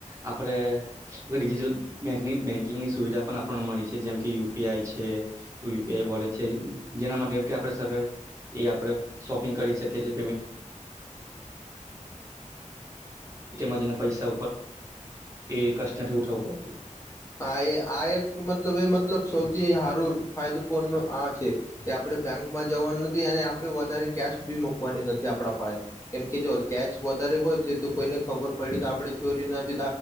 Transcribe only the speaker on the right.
આપણે ડિજિટલ બેન્કિંગની સુવિધા પણ આપણને મળી છે જેમ કે યુ યુ પી આઈ છે યુ પી આઈ વલેટ છે જેના માટે <unintelligible> એ આપણે શોપિંગ કરી શકીએએ <unintelligible> પડતું